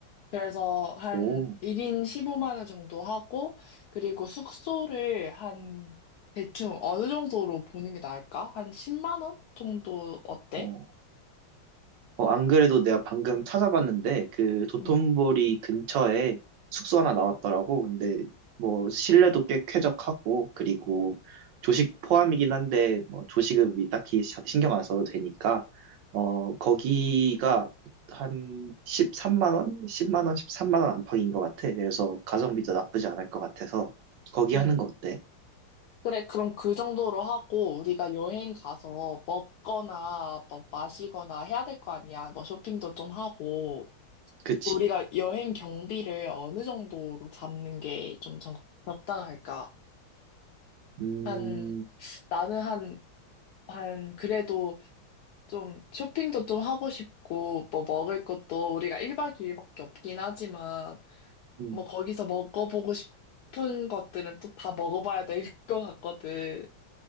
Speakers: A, on the left; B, on the right.
A: 그래서 한
B: 오,
A: 1인 15만 원 정도 하고 그리고 숙소를 한 대충 어느 정도로 보는 게 나을까? 한 10만 원 정도 어때?
B: 어, 어, 안 그래도 내가 방금 찾아봤는데, 그 도톤보리
A: 응,
B: 근처에 숙소 하나 나왔더라고. 근데 뭐 실내도 꽤 쾌적하고, 그리고 조식 포함이긴 한데, 뭐 조식은 우리 딱히 샤- 신경 안 써도 되니까, 어, 거기가 한 13만 원? 10만 원, 13만 원 안팎인 것 같아. 그래서 가성비도 나쁘지 않을 것 같아서, 거기
A: 응.
B: 하는 거 어때?
A: 그래, 그럼 그 정도로 하고 우리가 여행 가서 먹거나 뭐 마시거나 해야 될 거 아니야. 뭐 쇼핑도 좀 하고
B: 그치?
A: 우리가 여행 경비를 어느 정도로 잡는 게 좀 적당할까?
B: 음,
A: 한 나는 한, 한, 그래도 좀 쇼핑도 좀 하고 싶고, 뭐 먹을 것도 우리가 1박 2일밖에 없긴 하지만,
B: 음.
A: 뭐 거기서 먹어보고 싶은 것들은 또 다 먹어봐야 될 것 같거든.